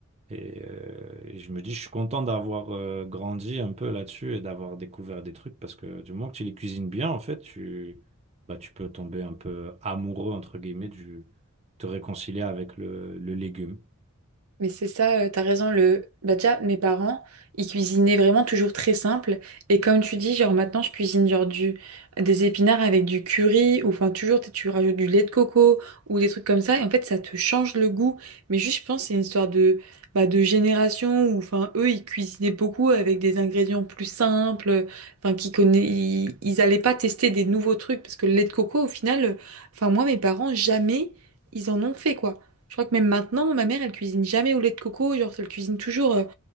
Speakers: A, on the right (about 30°); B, on the right (about 75°).
A: Et, euh, et je me dis, je suis content d'avoir euh, grandi un peu là-dessus et d'avoir découvert des trucs parce que du moment que tu les cuisines bien, en fait, tu, bah, tu peux tomber un peu amoureux, entre guillemets, du, te réconcilier avec le, le légume.
B: Mais c'est ça, euh, t'as raison. Le... Bah déjà, mes parents, ils cuisinaient vraiment toujours très simple. Et comme tu dis, genre maintenant, je cuisine genre du... des épinards avec du curry, ou enfin toujours, t'es- tu rajoutes du lait de coco, ou des trucs comme ça. Et en fait, ça te change le goût. Mais juste, je pense, que c'est une histoire de, bah, de génération, où enfin, eux, ils cuisinaient beaucoup avec des ingrédients plus simples, enfin, qui connaît... ils... ils allaient pas tester des nouveaux trucs, parce que le lait de coco, au final, euh, enfin, moi, mes parents, jamais, ils en ont fait, quoi. Je crois que même maintenant, ma mère, elle cuisine jamais au lait de coco. Genre, elle cuisine toujours, euh, tu